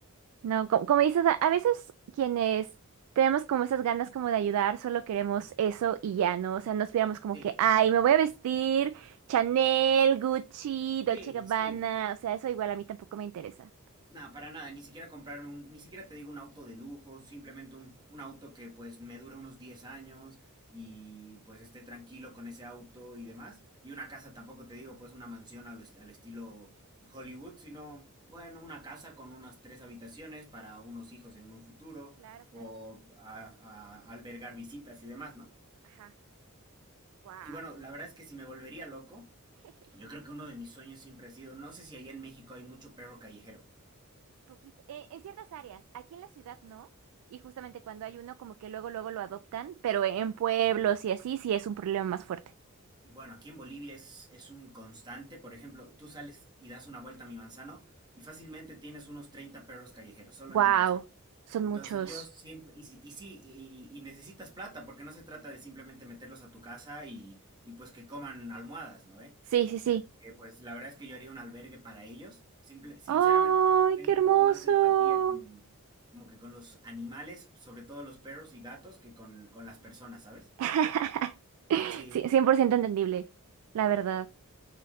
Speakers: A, on the right; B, on the right.
A: No, co- como, dices, a, a veces quienes tenemos como esas ganas como de ayudar, solo queremos eso y ya, ¿no? O sea, no esperamos como
B: Sí,
A: que, ay, me voy a vestir Chanel, Gucci, Dolce
B: sí,
A: Gabbana.
B: sí.
A: O sea, eso igual a mí tampoco me interesa.
B: No, para nada, ni siquiera comprarme un, ni siquiera te digo un auto de lujo, simplemente un, un auto que pues me dure unos 10 años y pues esté tranquilo con ese auto y demás. Y una casa tampoco te digo pues una mansión al, est- al estilo Hollywood, sino bueno, una casa con unas tres habitaciones para unos hijos en un futuro
A: Claro, claro.
B: o a- a- albergar visitas y demás, ¿no?
A: Ajá. Wow.
B: Y bueno, la verdad es que si me volvería loco,
A: <laughs>
B: yo creo que uno de mis sueños siempre ha sido, no sé si allá en México hay mucho perro callejero.
A: Poquito. eh, en ciertas áreas, aquí en la ciudad no, y justamente cuando hay uno como que luego luego lo adoptan, pero en pueblos y así sí es un problema más fuerte.
B: Bueno, aquí en Bolivia es, es un constante. Por ejemplo, tú sales y das una vuelta a mi manzano y fácilmente tienes unos 30 perros callejeros solo
A: Wow,
B: en mi manzano.
A: son
B: Entonces
A: muchos.
B: yo siempre, y, si- y sí, y, y necesitas plata, porque no se trata de simplemente meterlos a tu casa y, y pues que coman almohadas, ¿no ve?
A: Sí, sí, sí.
B: Así que pues la verdad es que yo haría un albergue para ellos. Simple, sinceramente,
A: ¡Ay,
B: tengo
A: qué hermoso!
B: un poco más de empatía con, como que con los animales, sobre todo los perros y gatos, que con, con las personas, ¿sabes?
A: <laughs>
B: Sí,
A: Sí, 100% entendible, la verdad.